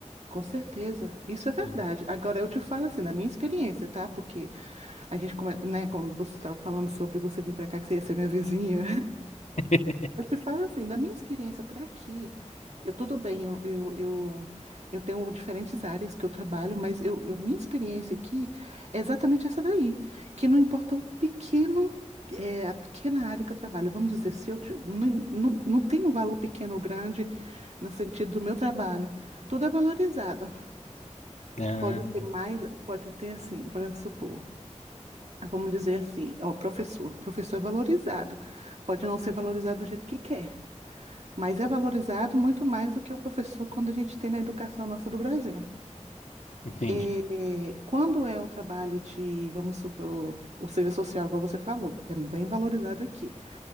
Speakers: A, on the right (about 65°); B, on the left (about 70°).
A: com certeza. Isso é verdade.
B: Sim.
A: Agora, eu te falo assim, na minha experiência, tá? Porque a gente, come... né, quando você estava falando sobre você vir para cá, que você ia ser minha vizinha,
B: <laughs>
A: Eu te falo assim, da minha experiência para aqui, eu tudo bem, eu, eu, eu, eu tenho diferentes áreas que eu trabalho, mas eu, eu- minha experiência aqui é exatamente essa daí, que não importa o pequeno, é, a pequena área que eu trabalho, vamos dizer, se eu ti- não, não, não tem um valor pequeno ou grande no sentido do meu trabalho, tudo é valorizado.
B: Ah,
A: Pode ter mais, pode ter assim, por exemplo, supor, vamos dizer assim, ó, professor, professor é valorizado, pode não ser valorizado do jeito que quer. Mas é valorizado muito mais do que o professor quando a gente tem na educação nossa do Brasil.
B: entendi.
A: É, quando é o trabalho de, vamos supor, o serviço social, igual você falou, é bem valorizado aqui.